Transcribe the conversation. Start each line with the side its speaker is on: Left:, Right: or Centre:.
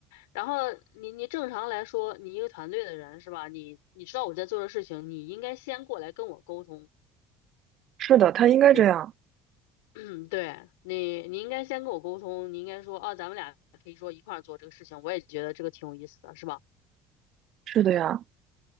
Left: 然后你你正常来说，你一个团队的人是吧？你你知道我在做的事情，你应该先过来跟我沟通，
Right: 是的，他应该这样。
Left: 对 <clears throat>，对你你应该先跟我沟通，你应该说啊，咱们俩可以说一块儿做这个事情，我也觉得这个挺有意思的，是吧？
Right: 是的呀，